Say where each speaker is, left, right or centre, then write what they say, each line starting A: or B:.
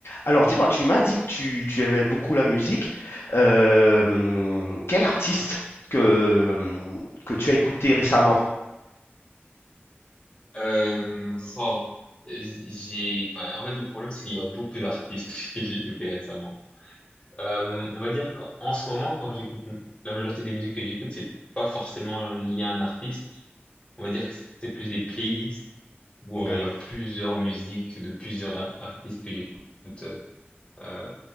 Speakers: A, on the left (about 70°); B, on the left (about 25°).
A: Alors dis-moi, tu m'as dit que tu, tu aimais beaucoup la musique. Euh, quel artiste que, que tu as écouté récemment?
B: Euh, oh, j'ai, enfin, en fait, le problème, c'est qu'il y a beaucoup d'artistes <laughs> que j'ai écoutés récemment. Euh, on va dire qu'en ce moment, quand j'écoute la majorité des musiques que j'écoute, c'est pas forcément lié à un artiste. On va dire que c'est plus des playlists où
A: D'ac-
B: euh, il y a plusieurs musiques de plusieurs a- artistes que j'écoute euh, euh,